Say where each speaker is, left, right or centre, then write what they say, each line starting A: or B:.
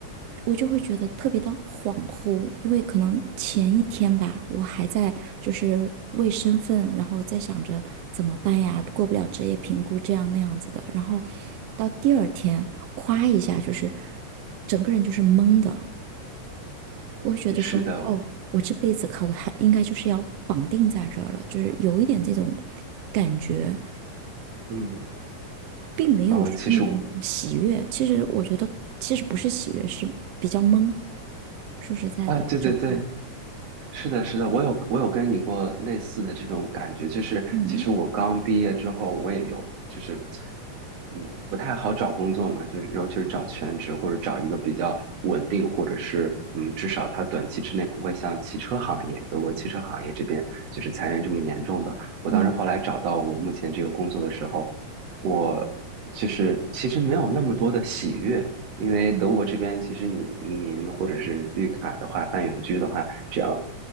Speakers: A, on the right; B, on the right.
A: 我就会觉得特别的恍惚，因为可能前一天吧，我还在就是为身份，然后在想着怎么办呀，过不了职业评估这样那样子的。然后到第二天，夸一下，就是整个人就是懵的，我会觉得说，
B: 是的，
A: 哦，我这辈子考的还应该就是要绑定在这儿了，就是有一点这种感觉。
B: 嗯
A: 并没有说那种喜悦。
B: 嗯，其实我
A: 其实我觉得，其实不是喜悦，是比较懵。说实在的，
B: 啊，对对对，
A: 我整个，
B: 是的，是的，我有我有跟你过类似的这种感觉，就是其实我刚毕业之后，
A: 嗯
B: 我也有就是，嗯，不太好找工作嘛，就是尤其是找全职或者找一个比较稳定，或者是嗯，至少它短期之内不会像汽车行业，德国汽车行业这边就是裁员这么严重的。我当时后来找到我目前这个工作的时候，
A: 嗯
B: 我就是其实没有那么多的喜悦，因为德国这边其实你移民或者是绿卡的话，
A: 嗯
B: 办永居的话，只要